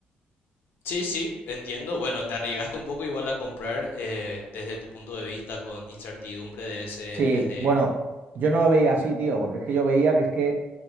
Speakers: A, on the left (about 75°); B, on the right (about 60°).
A: Sí, sí, entiendo. Bueno, te arriesgaste un poco igual a comprar eh, desde tu punto de vista con incertidumbre de ese,
B: Sí,
A: desde...
B: bueno, yo no lo veía así, tío, porque es que yo veía que es que